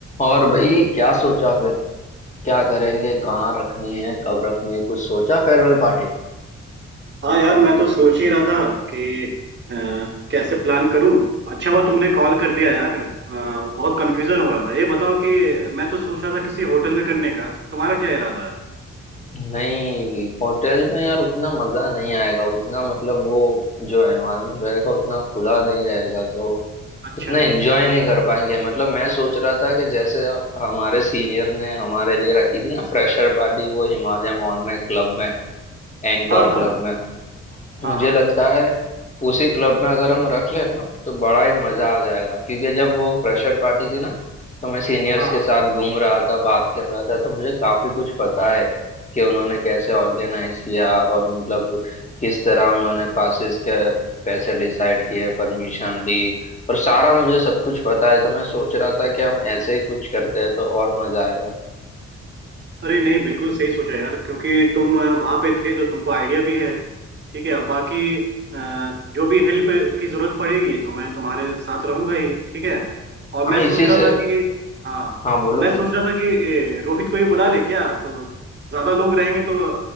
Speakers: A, on the left; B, on the right.
A: और भाई क्या सोचा फिर क्या करेंगे कहाँ रखनी है कब रखनी है कुछ सोचा फेयरवेल पार्टी
B: हाँ यार मैं तो सोच ही रहा था कि अ, कैसे प्लान करूं अच्छा हुआ तुमने कॉल कर दिया यार अ, बहुत कंफ्यूजन हो रहा था ये बताओ कि मैं तो सोच रहा था किसी होटल में करने का तुम्हारा क्या इरादा है
A: नहीं होटल में यार उतना मजा नहीं आएगा उतना मतलब वो जो एनवायरनमेंट रहेगा उतना खुला नहीं रहेगा तो
B: अच्छा
A: इतना एंजॉय नहीं कर पाएंगे मतलब मैं सोच रहा था कि जैसे हमारे सीनियर ने हमारे लिए रखी थी ना फ्रेशर पार्टी वो हिमालय मॉल में क्लब में एनकोर
B: हाँ हाँ
A: क्लब में मुझे
B: हाँ हाँ
A: लगता है उसी क्लब में अगर हम रख लें ना तो बड़ा ही मजा आ जाएगा क्योंकि जब वो फ्रेशर पार्टी थी ना तो मैं सीनियर्स
B: हाँ
A: के साथ घूम रहा था बात कर रहा था तो मुझे काफी कुछ पता है कि उन्होंने कैसे ऑर्गेनाइज किया और मतलब किस तरह उन्होंने पासिस के पैसे डिसाइड किए परमिशन ली और सारा मुझे सब कुछ पता है तो मैं सोच रहा था कि हम ऐसे ही कुछ करते हैं तो और मजा आएगा
B: अरे नहीं बिल्कुल सही सोचा यार क्योंकि तुम वहां पे थे तो तुमको आइडिया भी है ठीक है अब बाकी अ, जो भी हेल्प की जरूरत पड़ेगी तो मैं तुम्हारे साथ रहूंगा ही ठीक है और मैं
A: हाँ इसी
B: सोच रहा
A: से
B: था कि हाँ
A: हाँ बोलो
B: मैं
A: बोलो
B: सोच रहा था कि ए, रोहित को ही बुला ले क्या तो ज्यादा लोग रहेंगे तो